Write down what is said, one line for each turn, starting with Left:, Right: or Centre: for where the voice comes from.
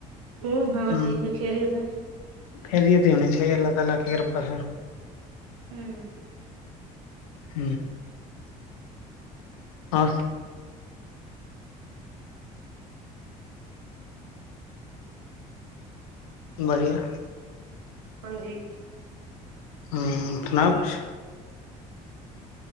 Right: ہمم ہاں
Left: ہ
Right: ٹھیک ہے خیریت ہے
Left: کیریر دی ہو <unintelligible>
Right: ہوں
Left: ہ اور بڑھیا
Right: ہاں جی
Left: ہوں سناؤ کچھ